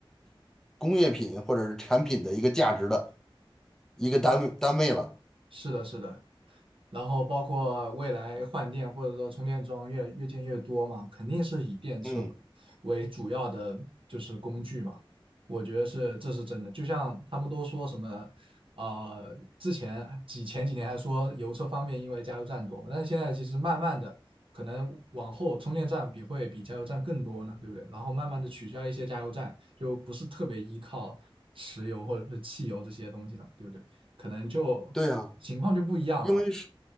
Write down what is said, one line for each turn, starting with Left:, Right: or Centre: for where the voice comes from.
Centre: 工业品或者是产品的一个价值的一个单位单位了。
Right: 是的，是的。然后包括未来换电或者说充电桩越越建越多嘛，肯定是以电车
Centre: 嗯，
Right: 为主要的就是工具嘛。我觉得是这是真的，就像他们都说什么，呃，之前几前几年还说油车方便，因为加油站多嘛，但是现在其实慢慢的可能往后充电站比会比加油站更多呢，对不对？然后慢慢的取消一些加油站，就不是特别依靠石油或者是汽油这些东西了，对不对？可能就情况就不一样了。
Centre: 对啊，因为是。